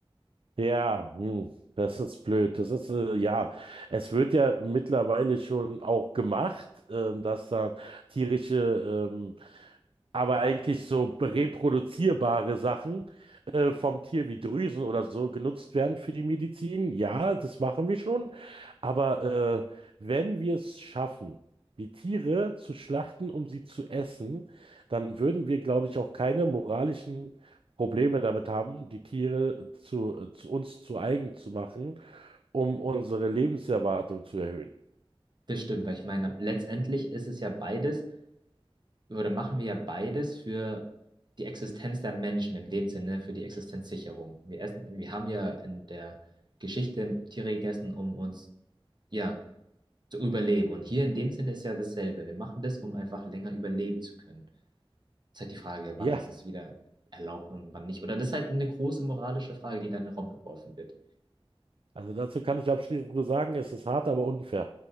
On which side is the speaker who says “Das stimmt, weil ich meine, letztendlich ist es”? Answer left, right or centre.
Right